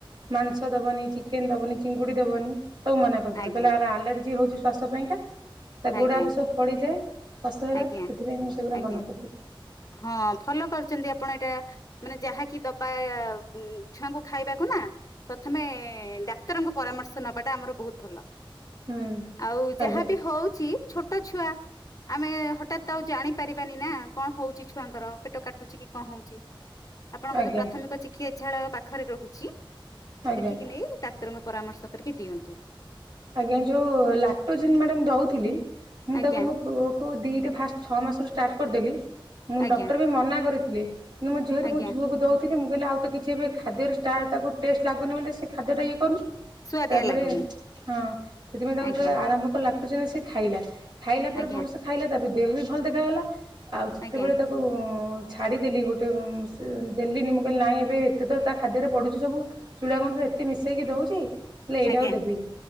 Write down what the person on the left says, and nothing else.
ଆଜ୍ଞା
ଆଜ୍ଞା
ଆଜ୍ଞା
ଆଜ୍ଞା
ହଁ ଭଲ କରିଛନ୍ତି ଆପଣ ଏଇଟା। ମାନେ ଯାହାକି ଦବା ଏ ଉଁ ଛୁଆଙ୍କୁ ଖାଇବାକୁ ନାଁ। ପ୍ରଥମେ ଡାକ୍ତରଙ୍କ ପରାମର୍ଶ ନବାଟା ଆମର ବହୁତ ଭଲ।
ଆଉ ଯାହାବି
ହଉଛି ଛୋ ଟ ଛୁଆ ଆମେ ହଠାତ ତ ଆଉ ଜାଣିପାରିବାନି ନାଁ କଣ ହଉ କିଛି ଛୁଆଙ୍କର ପେଟ କାଟୁଛିକି କଣ ହଉଚି ଆପଣଙ୍କ
ଯୋଉ ପ୍ରାଥମିକ ଚି ଖିଏ ଛାଳ ପାଖରେ ରହୁଚି
ସେଠିକି ନେଇ ଡାକ୍ତରଙ୍କ ପରାମର୍ଶ କରିକି ଦିଅନ୍ତୁ।
ଆଜ୍ଞା
ଆଜ୍ଞା
ଆଜ୍ଞା
ସୁଆଦିଆ
ଲାଗୁନି।
ଆଜ୍ଞା
ଆଜ୍ଞା
ଆଜ୍ଞା
ଆଜ୍ଞା